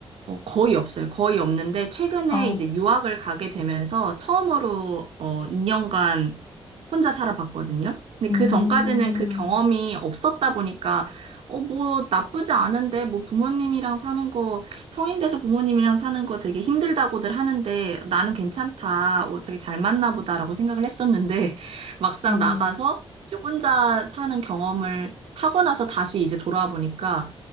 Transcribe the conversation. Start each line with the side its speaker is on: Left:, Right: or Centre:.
Right: 어, 거의 없어요. 거의 없는데, 최근에
Left: 아,
Right: 이제 유학을 가게 되면서 처음으로 어, 2년간 혼자 살아봤거든요. 근데
Left: 음,
Right: 그 전까지는 그 경험이 없었다 보니까, 어, 뭐 나쁘지 않은데, 뭐 부모님이랑 사는 거, 성인 돼서 부모님이랑 사는 거 되게 힘들다고들 하는데, 나는 괜찮다. 어, 되게 잘 맞나 보다라고 생각을 했었는데, <laughs> 막상
Left: 음,
Right: 나가서 이제 혼자 사는 경험을 하고 나서 다시 이제 돌아와 보니까,